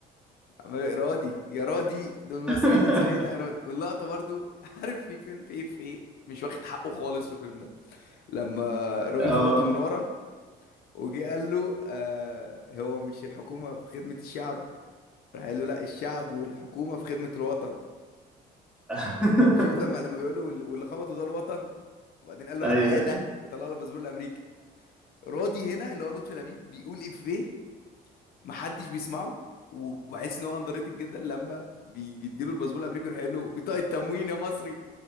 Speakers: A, on the left; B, in the centre.
A: عمال- رادي يا رادي دول مصريين
B: <laughs>
A: زينا يا رادي واللقطة برضو <laughs> عارف في فيلم في ايه في ايه مش واخد حقه خالص في الفيلم ده لما الراجل
B: اه
A: خبطه من ورا وجي قال له آه هو مش الحكومة في خدمة الشعب راح قال له لا الشعب والحكومة في خدمة الوطن
B: <laughs>
A: شفت لما لما بيقول له وال- واللي خبطه ده الوطن وبعدين قال له
B: ايوه
A: انا معايا ده وطلع له الباسبور الامريكي رادي هنا اللي هو لطفي لبيب بيقول افيه محدش بيسمعه وبحس ان هو اندر ريتد جدا لما بي- بيديله الباسبور الامريكي ويروح قايل له بطاقه تموين يا مصري